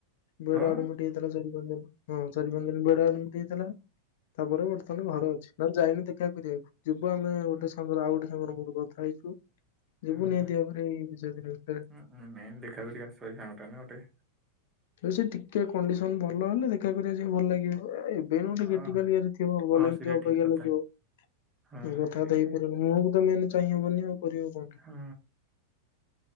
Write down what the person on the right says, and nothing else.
ହଁ
ହଁ,
ହଁ
ହଁ ନାଇଁ ଦେଖା କରିକି ଆସିବ ସାଙ୍ଗଟା ନା ଗୋଟେ।
ଅ
ହଁ ସେଇଟା
ଠିକ କଥା
ହଁ
ସେଠିକି
ହଁ